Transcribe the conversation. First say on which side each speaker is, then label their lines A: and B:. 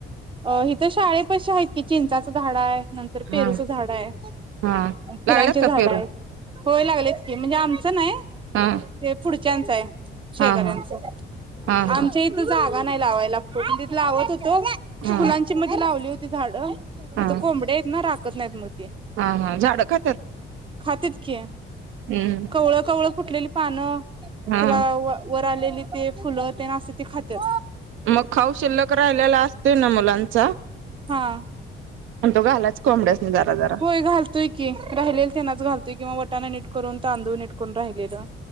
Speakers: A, on the right; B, on the right.
A: अ हिथ शाळे पशी आहेत कि चिंचाचं झाड आहे नंतर पेरूचं
B: हा
A: झाड आहे
B: हा लागल्यात
A: फुलांचे
B: का
A: झाड
B: पेरू
A: आहे. होय लागलेच की म्हणजे आमचं नाही.
B: हा
A: ते आहे शेजऱ्यांचा
B: हा हा हा हा
A: आमच्या इथ जागा नाही लावायला तिथ लावत होत. तो
B: हा
A: फुलांची मध्ये लावली होती झाडं
B: हा
A: तिथ कोंबडे आहेत ना राखत नाहीत मग. ते
B: हा हा झाडं खातात.
A: खातेत की
B: हम्म
A: कवळं, कवळं, फुटलेली पानं.
B: हा
A: तिला व वर आलेली ते फुलं ते ना आसते ते खातेत.
B: मग खाऊ शिल्लक राहिलेला असतोय ना मुलांचा.
A: हा
B: आणि तो घालाच कोंबड्यासनी जरा जरा
A: होय घालतोय की राहिलेल तेनाच घातोय किवा वटाणा नीट करून तांदूळ निटकून राहिलेलं